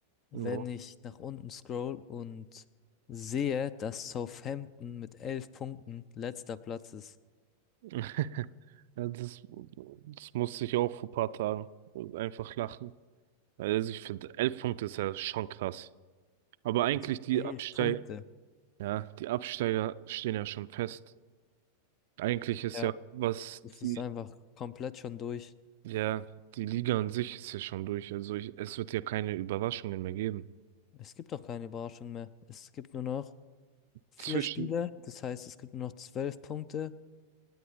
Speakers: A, on the left; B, on the right.
A: wenn
B: Ja.
A: ich nach unten scroll und sehe, dass Southampton mit elf Punkten letzter Platz ist.
B: <laughs> Ja, das, das musste ich auch vor ein paar Tagen einfach lachen. Also ich finde, elf Punkte ist ja schon krass. Aber eigentlich
A: Also
B: die
A: elf
B: Absteig
A: Punkte.
B: Ja, die Absteiger stehen ja schon fest. Eigentlich ist
A: Ja.
B: ja, was
A: Es ist
B: die,
A: einfach komplett schon durch.
B: ja, die Liga an sich ist ja schon durch. Also ich, es wird ja keine Überraschungen mehr geben.
A: Es gibt auch keine Überraschung mehr. Es gibt nur noch vier
B: Zwischen,
A: Spiele, das heißt, es gibt nur noch zwölf Punkte.